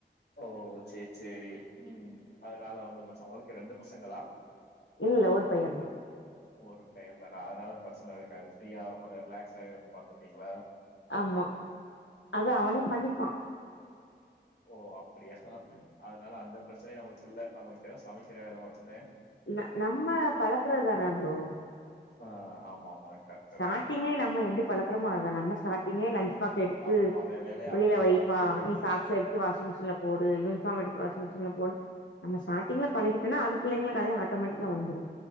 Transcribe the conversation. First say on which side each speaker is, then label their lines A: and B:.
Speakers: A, on the left; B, on the left.
A: ஓ சரி சரி உம் அதனால வந்து ப்ரச் உங்களுக்கு ரெண்டு பசங்களா
B: இல்லல்ல ஒரு பையந் தா
A: ஒரு பையந் தானா அதனால பிரச்சனை இருக்காது ஃப்ரீயா கொஞ்ச ரிலாக்ஸ்டா இருந்து பாத்துப்பீங்களா
B: ஆமா அது அவனே
A: ம்
B: பண்ணிப்பான்
A: ஓ அப்படியா அதனால அந்த பிரச்சனயு நமக்கு இல்ல நமக்கு தேவை சமைக்கிற வேலை மட்டுந்தே
B: ந நம்ம பழக்கற தான ப்ரோ
A: ஆஹ் ஆமா ஆமா கரெக்ட்டுதே
B: ஸ்டார்ட்டிங்கே நம்ம எப்புடி பழக் றமோ அதா நம்ம ஸ்டாடிங்குலயே லன்ச் பாக்ஸ் எடுத்து
A: ஆமா அவ வேலைய
B: வெளில
A: அவனே
B: வைப்பா
A: பாத்து
B: நீ சாக்ஸ் எடுத்து வாஷிங் மிஷின்ல போடு யூனிஃபார்ம் எடுத்து வாஷிங்மிஷின்ல போடு நம்ம ஸ்டாட்டிங் பழகிட்டோனா அது பிள்ளைங்களுக்கு அதே ஆட்டோமேட்டிக்கா வந்துடு